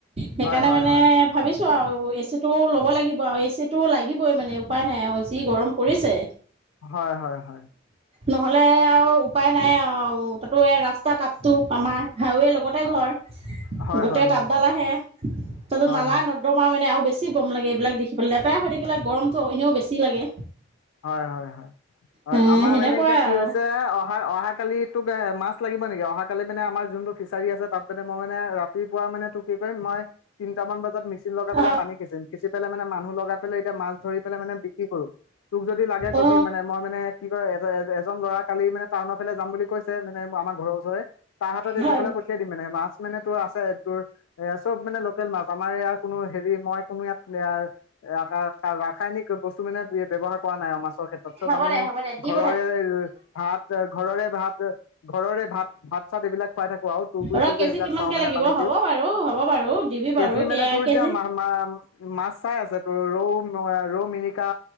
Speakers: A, on the right (about 30°); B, on the left (about 80°).
A: সেইকাণে
B: হয় হয়
A: মানে
B: হয়
A: ভাবিছোঁ আৰু এ চিটো ল'ব লাগিব আৰু এ চিটো লাগিবই মানে উপায় নাই আউ যি গৰম পৰিছে।
B: হ-হয়, হয়, হয়।
A: নহ'লে আৰু উপায় নাই আউ তাতো এ ৰাস্তা তাপতো আমাৰ হাৱেৰ লগত তে
B: হয়
A: ঘৰ
B: হয়
A: গোটে
B: হয় হয়
A: তাপডাল আহে তাতো
B: হয়
A: নালাত
B: হয়
A: তোমাৰ মানে আউ বেছি গৰম লাগে এইবিলাক দেখি পেলে, লেতেৰা হৈ থাকিলে গৰমটো অ এনেও বেছি লাগে।
B: হয়, হয়, হয়, হয়,
A: এ
B: আমাৰ
A: সেনেকুৱাই
B: মানে এতিয়া কি
A: আৰু
B: হৈছে অহা অহাকালি তোক এ মাছ লাগিব নেকি? অহাকালি মানে আমাৰ যোনটো ফিচাৰী আছে তাত মানে মই মানে ৰাতিপুৱা মানে তোক কি কৰিম মই তিনিটা মান বজাত মেচিন লগাই
A: অ
B: পেলাই পানী খিচিম, খিচি পেলাই মানে মানুহ লগাই পেলাই এতিয়া মাছ ধৰি পেলাই মানে বিক্ৰী কৰোঁ। তোক যদি লাগে কবি,
A: অ
B: মানে মই মানে কি কয় এ এ এজন ল'ৰা কালি মানে টাউনৰ ফালে যাম বুলি কৈছে, মানে আমাৰ ঘৰৰ ওচৰে তাৰ হাততে
A: হয়
B: দি পেলাই পঠিয়াই দিম মানে, মাছ মানে তোৰ আছে তোৰ এই চ'ব মানে লোকেল মাছ, আমাৰ এইয়া কোনো হেৰি মই কোনো ইয়াত আহ এ ৰাসা ৰাসা, ৰাসায়নিক বস্তু মানে ব্যৱহাৰ কৰা নাই আৰু মাছ ক্ষেত্ৰত চ'ব
A: হ'ব
B: আমি,
A: দে হ'ব দে দিম
B: ঘৰৰে ভাত, ঘৰৰে ভাত ঘৰৰে ভাত, ভাত চাত এইবিলাক খুৱাই থাকোঁ খুৱাও তুৰগুৰি
A: ৰ
B: চুগুৰি
A: কেজি
B: এইবিলাক
A: কিমানকে
B: খোৱাওঁ মানে
A: লাগিব
B: পানীত
A: হ'ব
B: দিওঁ,
A: বাৰু হ'ব বাৰু দিবি বাৰু
B: কেজি মানে তোৰ
A: কেজি
B: এতিয়া মা মা মাছ চাই আছে তোৰ ৰ' ৰ' ৰৌ ৰৌ, মিৰিকা।